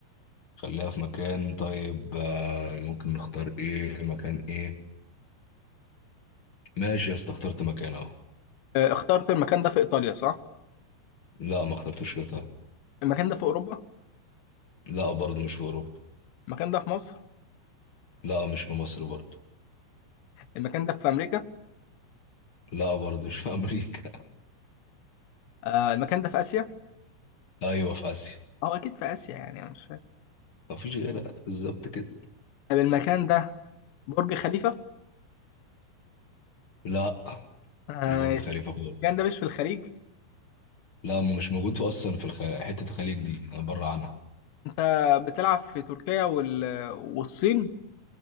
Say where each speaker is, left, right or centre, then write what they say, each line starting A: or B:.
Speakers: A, on the left; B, on the left.
A: خليها في مكان طيب آه، ممكن نختار ايه مكان ايه ماشي يا اسطى اخترت مكان اهو
B: آه، اخترت المكان ده في إيطاليا صح؟
A: لا ما اخترتوش في ايطاليا
B: المكان ده في أوروبا؟
A: لا برضه مش في اوروبا
B: المكان ده في مصر؟
A: لا مش في مصر برضه
B: المكان ده في أمريكا؟
A: لا برضه مش في امريكا
B: آه المكان ده في آسيا؟
A: <laughs> ايوه في اسيا
B: أو أكيد في آسيا يعني أنا مش فاهم
A: ما فيش غيرها بالظبط كده
B: طب المكان ده برج خليفة؟
A: لا
B: آه،
A: مش برج
B: ماشي
A: خليفة خالص
B: المكان ده مش في الخليج؟
A: لا ما مش موجود في اصلا في الخ... حتة الخليج دي انا بره عنها
B: أنت بتلعب في تركيا وال... والصين؟